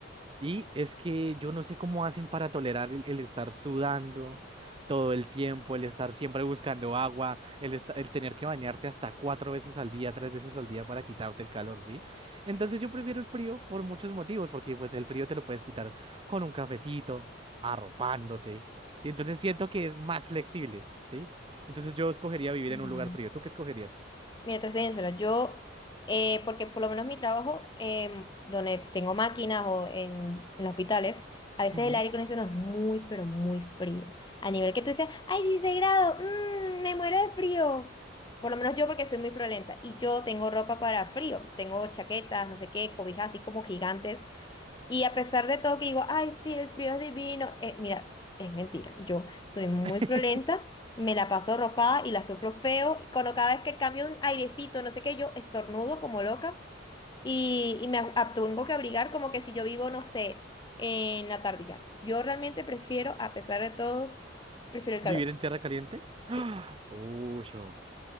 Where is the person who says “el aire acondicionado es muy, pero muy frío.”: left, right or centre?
Left